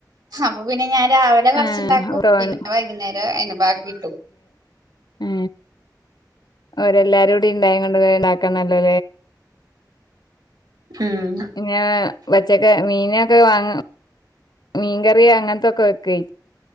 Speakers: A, on the right (about 65°); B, on the left (about 70°).
A: അപ്പൊ പിന്നെ ഞാൻ രാവിലെ കുറച്ചുണ്ടാക്കും
B: ആഹ് തോനെ
A: പിന്നെ വൈകുന്നേരം അതിന് ബാക്കി കിട്ടും
B: ഏ ഓരെല്ലാരും കൂടി ഇണ്ടായോണ്ട് കൊണ്ട് കുറെ ഉണ്ടാക്കണല്ലോ
A: ആഹ്
B: പിന്ന പച്ചക്കെ മീനൊക്കെ വാങ്ങ മീൻകറിയ അങ്ങനത്തൊക്കെ വെക്കും